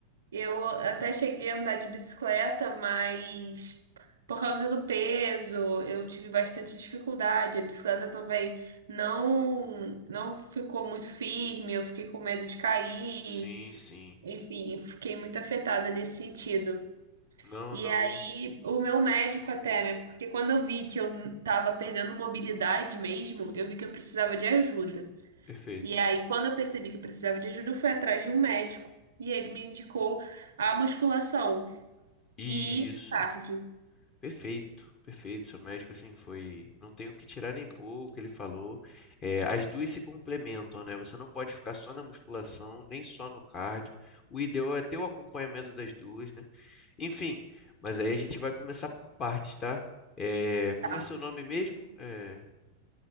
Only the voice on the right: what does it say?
Eu até cheguei a andar de bicicleta, mas por causa do peso, eu tive bastante dificuldade. A bicicleta também não não ficou muito firme, eu fiquei com medo de cair.
Enfim, eu fiquei muito afetada nesse sentido.
E
aí, o meu médico até, né? Porque quando eu vi que eu tava perdendo mobilidade mesmo, eu vi que eu precisava de ajuda.
E aí, quando eu percebi que eu precisava de ajuda, eu fui atrás de um médico e ele me indicou a musculação
e cardio.
Tá.